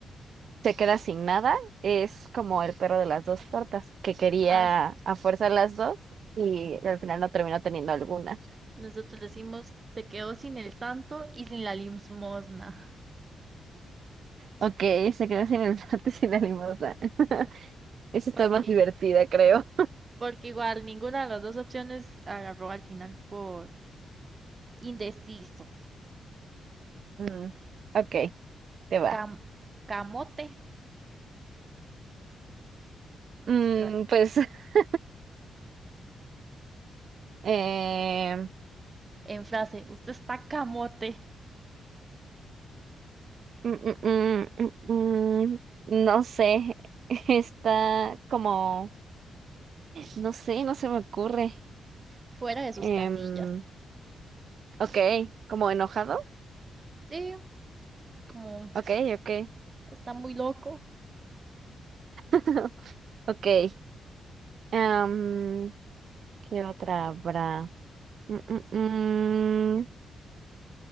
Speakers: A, on the right (about 55°); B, on the right (about 30°).
A: se queda sin nada, es como el perro de las dos tortas, que quería
B: As-
A: a fuerza las dos y al final no terminó teniendo alguna.
B: Nosotros decimos, se quedó sin el santo y sin la limosna,
A: Ok, se quedó sin el <laughs> plato y sin la limosna. <laughs> Eso está
B: porque,
A: más divertida, creo.
B: porque igual ninguna de las dos opciones agarró al final por indeciso.
A: Mm, ok, te va.
B: Cam- camote,
A: Mm,
B: se la-
A: pues, <laughs> eh,
B: en frase, usted está camote.
A: mm, mm, mm, mm, mm, no sé, <laughs> está como, no sé, no se me ocurre.
B: fuera de sus
A: Em,
B: casillas.
A: ok, como enojado.
B: Sí, como
A: Ok, ok.
B: está muy loco,
A: <laughs> Ok. em, ¿qué otra habrá? Mm, mm, mm,